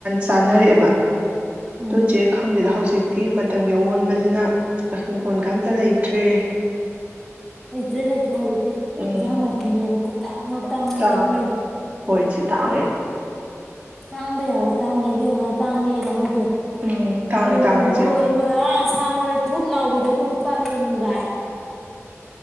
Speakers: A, on the right (about 25°); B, in the centre.
A: ꯆꯥꯅꯔꯛꯑꯦꯕ꯫
B: ꯎꯝ
A: ꯇꯨ ꯆꯦ ꯈꯪꯗꯦꯗ ꯍꯧꯖꯤꯛ꯫ ꯇꯤ ꯃꯇꯝꯒꯤ ꯑꯋꫭꯟꯕꯁꯤꯅ ꯍꯤꯡꯒꫭꯟꯒ ꯑꯝꯇ ꯂꯩꯇ꯭ꯔꯦ꯫
B: ꯂꯩꯇ꯭ꯔꯦ ꯂꯩꯇ꯭ꯔꯦ ꯍꯩꯖꯤꯛ꯫
A: ꯎꯝ
B: ꯏꯟꯖꯥꯡ ꯅꯥꯄꯤꯅꯦꯅ ꯈꯨꯇꯥꯡꯅ ꯂꯛꯇꯥꯡꯅꯦꯅ
A: ꯇꯥꯡꯉꯦ
B: ꯏꯃꯩ꯫
A: ꯍꯣꯏ ꯏꯆꯦ ꯇꯥꯡꯉꯦ꯫
B: ꯇꯥꯡꯕ ꯌꯥꯕ ꯇꯥꯡꯉꯦ ꯏꯕꯦꯝꯃ ꯇꯥꯡꯉꯦꯗꯪ ꯅꯠꯇꯦ
A: ꯎꯝ ꯇꯥꯡꯉꯦ
B: ꯀꯩꯅꯣ
A: ꯇꯥꯡꯉꯦ
B: ꯃꯔꯣꯏꯕꯥꯎ
A: ꯏꯆꯦ
B: ꯑ ꯁꯥ ꯃꯔꯣꯏ ꯊꯨꯠ ꯂꯥꯎꯕꯤꯗꯕꯨ ꯂꯨꯄꯥ ꯀꯨꯟ ꯒꯥꯏꯅ꯫